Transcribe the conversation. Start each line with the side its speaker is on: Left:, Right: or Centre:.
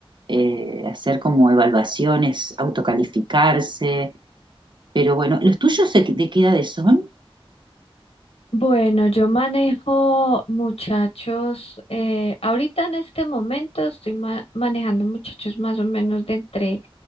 Right: eh, hacer como evaluaciones, autocalificarse, pero bueno, ¿los tuyos de, de qué edades son?
Left: Bueno, yo manejo muchachos, eh, ahorita en este momento estoy ma- manejando muchachos más o menos de entre